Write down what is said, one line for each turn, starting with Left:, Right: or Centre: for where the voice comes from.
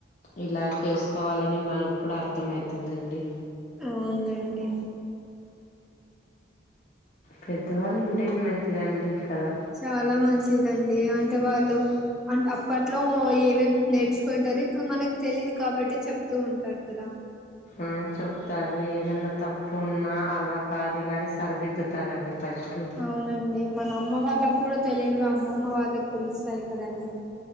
Left: ఇలా చేసుకోవాలని మనకు కూడా అర్థంమయితుందండి
Centre: అవునులేండి
Left: పెద్దవాళ్ళు ఉండేది మంచిదండి కదా
Centre: చాలా మంచిదండి అంటే వాళ్ళు అ అప్పట్లో ఏమేం నేర్చుకోయింటారు ఇప్పుడు మనకు తెలిదు కాబట్టి చెప్తూ ఉంటారు కదా
Left: అవును చెప్తారు ఏదన్నా తప్పు ఉన్న అలా కాదు ఇలాని సరిదిద్దుతారండి ఫస్ట్
Centre: అవునండి మన అమ్మ వాళ్ళకు కూడా తెలియనివి అమ్మమ్మ వాళ్ళకి తెలుస్తాయి కదండి